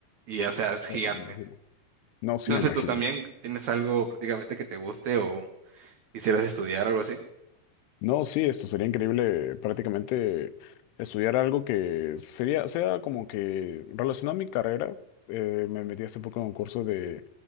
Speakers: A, on the right; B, on the left.
A: Y, o sea, es gigante.
B: claro, me imagino. No, sí
A: No
B: me
A: sé,
B: imagino.
A: ¿tú también tienes algo prácticamente que te guste o...? quisieras estudiar, algo así.
B: No, sí, esto sería increíble prácticamente estudiar algo que sería, sea como que relacionado a mi carrera. Eh, me metí hace poco en un curso de,